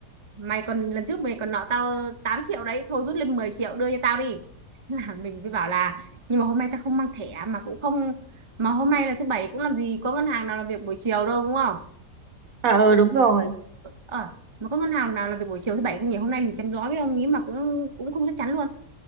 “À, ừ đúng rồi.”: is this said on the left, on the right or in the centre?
Right